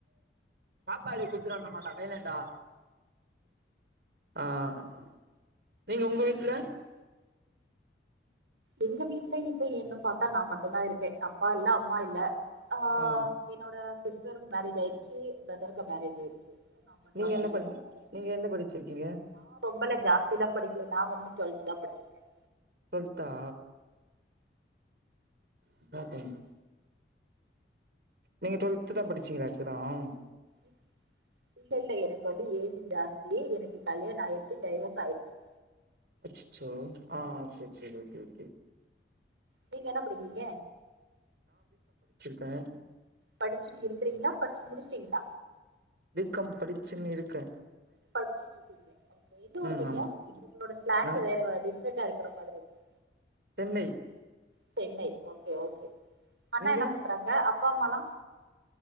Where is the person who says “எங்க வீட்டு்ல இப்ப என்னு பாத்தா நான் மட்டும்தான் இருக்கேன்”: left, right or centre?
Right